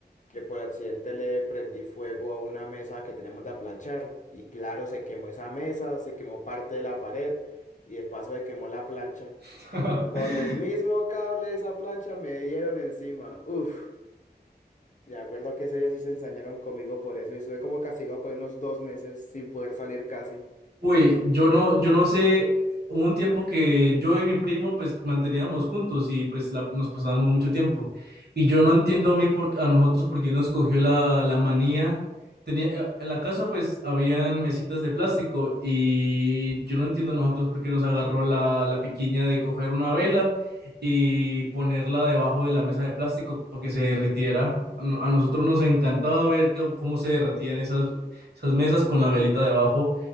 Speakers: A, on the left; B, on the right.
A: que por accidente le prendí fuego a una mesa que tenemos de aplanchar y claro, se quemó esa mesa, se quemó parte de la pared y de paso se quemó la plancha.
B: <laughs>
A: Con el mismo cable de esa plancha me dieron encima. Uf, me acuerdo que ese día sí se ensañaron conmigo por eso y estuve como castigado por unos dos meses sin poder salir casi.
B: Uy, yo no, yo no sé, hubo un tiempo que yo y mi primo pues manteníamos juntos y pues la- nos pasábamos mucho tiempo. Y yo no entiendo a mí por, a nosotros por qué nos cogió la, la manía. Tenía, eh, en la casa pues habían mesitas de plástico y yo no entiendo a nosotros por qué nos agarró la, la piquiña de coger una vela y ponerla debajo de la mesa de plástico para que se derritiera. A no- a nosotros nos encantaba ver que- cómo se derretían esas, esas mesas con la velita debajo.